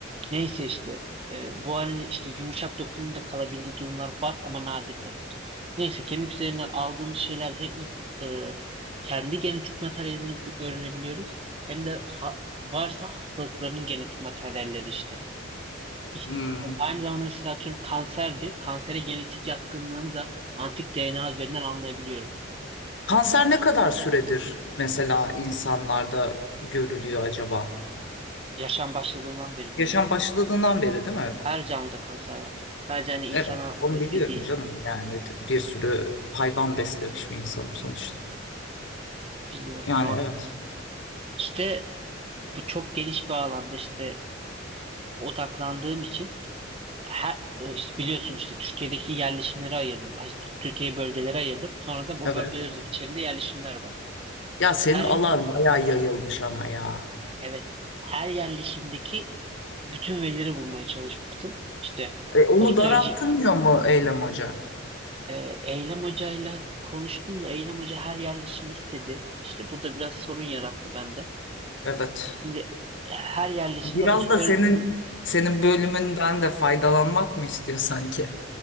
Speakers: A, on the right (about 30°); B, on the left (about 65°).
A: Neyse işte e, bu halde işte yumuşak dokunumda kalabildiği durumlar var ama nadir tabii ki. Neyse kemik üzerinden aldığımız şeylerde hem ins- e, kendi genetik materyalini bu- öğrenebiliyoruz hem de ha- varsa hastalıkların genetik materyalleri işte ihtimali.
B: Hmm.
A: Aynı zamanda mesela atıyorum kanserdi. Kansere genetik yatkınlığını da antik DNA üzerinden anlayabiliyoruz.
B: Kanser ne kadar süredir mesela insanlarda görülüyor acaba?
A: Yaşam başladığından beri dünyada.
B: Yaşam başladığından beri değil mi?
A: Her canlıda kanser var. Sadece hani insana
B: Evet. Onu
A: özgü
B: biliyorum
A: değil.
B: canım. Yani t- bir sürü hayvan beslemiş bir insanım sonuçta.
A: Biliyorum.
B: Yani
A: Normal.
B: evet.
A: İşte bu çok geniş bir alanda işte odaklandığım için her, e, işte biliyorsun işte Türkiye'deki yerleşimleri ayırdım. Ay, Türkiye'yi bölgelere ayırdım. Sonra da o
B: Evet.
A: bölgeler içerisinde yerleşimler var.
B: Ya senin
A: Her
B: alan bayağı yayılmış ama ya.
A: evet her yerleşimdeki bütün verileri bulmaya çalıştım. İşte
B: E, onu
A: osteoloji
B: daraltılmıyor mu Eylem Hoca?
A: e, Eylem Hoca'yla konuştum da Eylem Hoca her yerleşimi istedi. İşte bu da biraz sorun yarattı bende.
B: Evet.
A: Şimdi e, her yerleşimde
B: Biraz
A: osteol
B: da senin senin bölümünden de faydalanmak mı istiyor sanki?